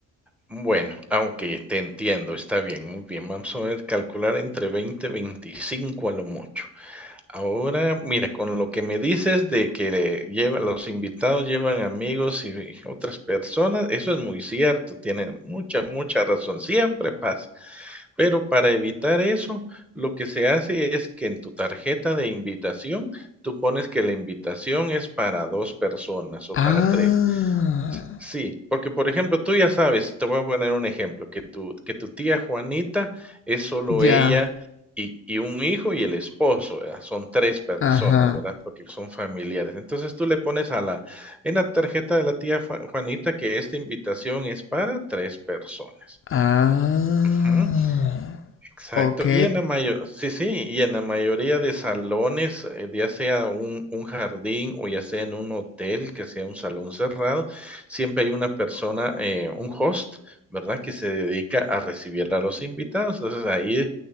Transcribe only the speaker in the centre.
Bueno, aunque te entiendo, está bien, muy bien. Vamos a ver, calcular entre 20 25 a lo mucho. Ahora, mira, con lo que me dices de que lleva, los invitados llevan amigos y otras personas, eso es muy cierto, tienes mucha, mucha razón, siempre pasa. Pero para evitar eso, lo que se hace es que en tu tarjeta de invitación, tú pones que la invitación es para 2 personas o
para 3. Sí, porque, por ejemplo, tú ya sabes, te voy a poner un ejemplo, que tu que tu tía Juanita es solo
ella y y un hijo y el esposo, ¿verdad? Son 3 personas,
¿verdad? Porque son familiares. Entonces, tú le pones a la en la tarjeta de la tía Jua Juanita que esta invitación es para 3 personas.
Ujú. Exacto,
y en la mayo sí, sí, y en la mayoría de salones, eh, ya sea un un jardín o ya sea en un hotel, que sea un salón cerrado, siempre hay una persona, eh, un host, ¿verdad?, que se dedica a recibir a los invitados. Entonces, ahí